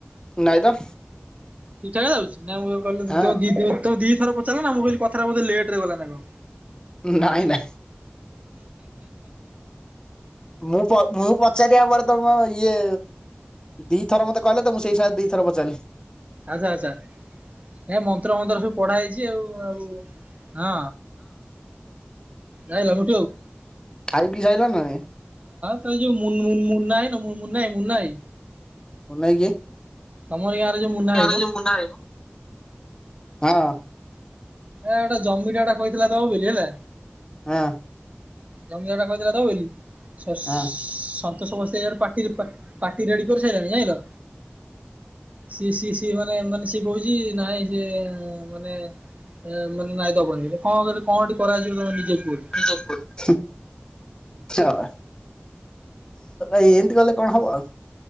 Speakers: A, on the left; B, on the right.
A: ନାଇ ତ।
B: ଠିକ ଠାକରେ ଯାଉଛି ନା ମୁଁ କହିଲ
A: ହଁ
B: ତମେ ଦି ଥର ପଚାରିଲ ନା ମୁଁ କହିଲି କଥାଟା ବୋଧେ ଲେଟ ରେ ଗଲା ନା କଣ?
A: ନାଇଁ ନାଇଁ। ମୁଁ ମୁଁ ପଚାରିବା ପରେ ତମ ଇଏ। ଦି ଥର ମୋତେ କହିଲ ତ ମୁଁ ସେଇ ସକାଶେ ଦିଥର ପଚାରିଲି।
B: ଆଚ୍ଛା ଆଚ୍ଛା ନାଇ ମ। ତନ୍ତ୍ର ମନ୍ତ୍ର ସବୁ ପଢା ହେଇଛି ଆଉ ଆଉ ହଁ ଯାଇଁଲ। ହଁ
A: ଖାଇ ପିଇ ସାଇଲ ନା ନାଇଁ
B: ତ ଯୋଉ ମୁନ ମୁନ ମୁନା। ଇଁ ମୁଁ ମୁନା ଆଇ ମୁନା ଆଇ।
A: ମୁନା ଭାଇ କିଏ <inaudible>
B: ତମରି ଗାଁରେ ଯୋଉ ମୁନା ଭାଇ ମ
A: ଯୋଉ ମୁନ୍ନା ଆଇ।
B: ଏ ଗୋଟା ଜମିଟା ଏଟା କହିଥିଲା ଦବ ବୋଲି ହେଲା।
A: ହଁ
B: ଜମିଦାର ଟା କହିଥିଲା ଦବ ବୋଲି ସ ସ ସ
A: ହଁ
B: ତ ସମସ୍ତେ ଏଟି ପାଟି ରେଡି କରିସାରିଲଣି ଯାଇଲ ସିଏ ସିଏ ସି ମାନେ ମାନେ ସିଏ ବହୁଛି ନହିଁ ସିଏ ମାନେ ଏ ମାନେ ନାଇଁଦବନି କଣ କେମତି କନ କରାଯିବ ତମେ ନିଜେ କୁହ।
A: ହ ଏମିତି ଗଲେ କଣ ହବ ଆଉ